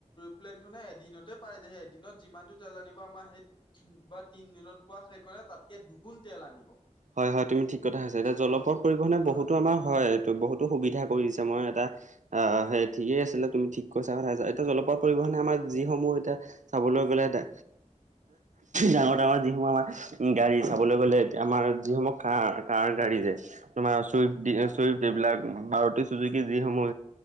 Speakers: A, on the left; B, on the right.
A: প্লেন খনে এদিনতে পাই যে সেই এদিনত যিমানতটো তেল আনিব আমাৰ সেই বা তিন দিনত পোৱা সেইখনে তাতকে দুগুণ তেল আনিব।
B: হয়, হয়, তুমি ঠিক কথাকৈছা, এতিয়া জলপথ
A: হয়
B: পৰিবহনে
A: হয়
B: বহুতো আমাৰ হয়। ত বহুতো সুবিধা কৰি দিছে মই এটা আহ সেই ঠিকেই আছিলে, তুমি ঠিক কৈছা, কথা এতিয়া জলপথ পৰিবহনে আমাৰ যিসমূহ এতিয়া চাবলৈ গ'লে দে ডাঙৰ ডাঙৰ যিসমূহ আমাৰ গাড়ী চাবলৈ গ'লে আমাৰ। যিসমূহ
A: হয়
B: কাৰ কাৰ গাড়ী যে তোমাৰ চুইফ্ট,
A: হয়
B: চুইফ্ট সেইবিলাক মাৰুতি চুজুকি যিসমূহ